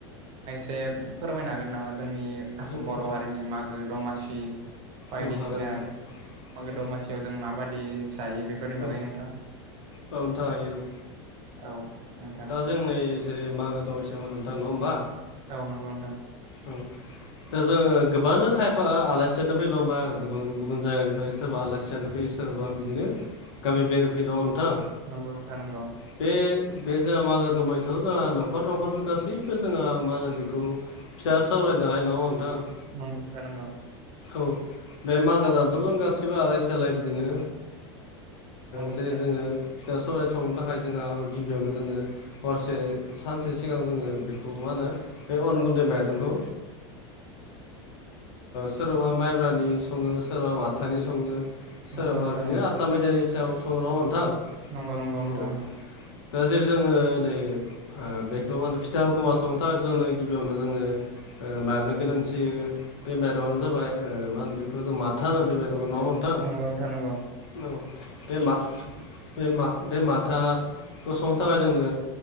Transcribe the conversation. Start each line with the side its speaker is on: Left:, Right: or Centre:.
Right: जे फोरमायनो हागोन नामा जोंनि
Left: औ
Right: बर'
Left: औ
Right: हारिनि मागो दमासि बायदिसिना
Left: औ हागोन नोंथां
Right: मागो
Left: औ
Right: दमासियाव जों माबादि जायो बेफोरनि
Left: औ
Right: बागै नोंथां।
Left: नोंथां हायो औ
Right: औ नोंथां
Left: दा जों नै जेरै मागो दमसियाव नोंथां नङा होमबा
Right: औ नंगौ नोंथां।
Left: औ दा जोङो गोबाङानो खायफा आलासियानो फैयो नङा होमबा गुबुन गुबुन जायगानिफ्राय सोरबा आलासियानो फैयो। सोरबा बिदिनो गामि बेराइनो फैयो नङा होमब्ला नोंथां
Right: नंगौ नोंथां नंगौ
Left: बे बे जोंहा मागो दमासियाव जोंहा न'खर न'खर गासैबो जोङो मा होनो बेखौ फिथा सौराय जानाय नङा होमबा नोंथां।
Right: नंगौ नोंथां नंगौ।
Left: औ बे मागो दानथ' जों गासिबो आलाय सिलाय बिदिनो जेरै
Right: नोंथां
Left: जोङो
Right: नंगौ
Left: फिथा सौराय सावनो थाखाय जोंहा गिबियावनो जोङो हरसे सानसे सिगां जोङो बेखौ मा होनो बे अन गुन्दै माइरंखौ सोरबाबा माइब्रानि सङो सोरबा माथानि सङो सोरहाबा
Right: नंगौ नोंथां
Left: बिदिनो आता मैदानि सायाव सङो नोंथां
Right: नंगौ नंगौ नोंथां
Left: औ
Right: नंगौ
Left: दा जेरै जोङो नै बेखौ मा होनो फिथा हुगमा संनो थाखाय जोंनो गिबियावनो जोंनो माइरंनि गोनांथियो बे माइरंआनो जाबाय मा होनो बेखौ जों माथो होबाय बे माइरं <unintelligible> नङा ओमबा मोनथां
Right: नंगौ नंगौ नोंथां नंगौ नोंथां नंगौ
Left: नंगौ। बे मा बे माथाखौ संनो थाखाय जोंनो